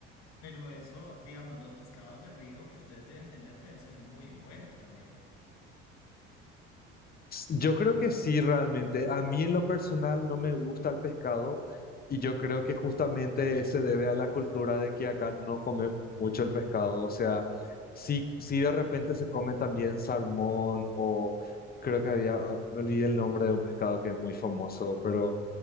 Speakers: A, on the left; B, on the left.
A: Pero eso, digamos, los pescados de río que ustedes deben tener deben ser muy buenos también.
B: Yo creo que sí, realmente. A mí en lo personal no me gusta el pescado, y yo creo que justamente se debe a la cultura de que acá no comemos mucho el pescado. O sea, sí, sí de repente se come también salmón, o creo que había, me olvidé el nombre de un pescado que es muy famoso, pero